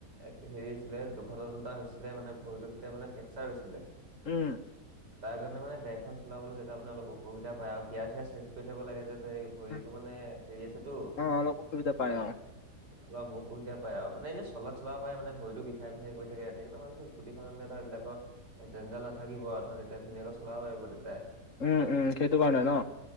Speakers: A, on the right; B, on the left.
A: এক হেৰি আছিলে দুৰ্ঘটনাটা হৈছিলে মানে ভৰিটো তেতিয়া মানে ফ্ৰেকচাৰ হৈছিলে।
B: উম।
A: তাৰ কাৰণে মানে গাড়ী সেইখন চলাবলৈ তেতিয়া মানে অলপ অসুবিধা পায় আৰু, গিয়াৰ-চিয়াৰ চেঞ্জ কৰি থাকিব লাগে যে তেই ভৰিতো
B: উম,
A: মানে হেৰি আছেতো।
B: অ', অলপ অসুবিধা পায়
A: অলপ
B: অ।
A: অলপ অসুবিধা পায় আৰু মানে এনেই চলাত-চলাব পাৰে মানে ভৰি বিষাই-বিষাই গৈ থাকে সেইকাৰণে ভাবিছো স্কুটীখন ধৰ এইবিলাকৰ জঞ্জাল নাথাকিব আৰু ধৰ তেতিয়া ধুনীয়াকে চলাব পাৰিব দেতাই।
B: উমঁ-উমঁ সেইটো কাৰণে ন।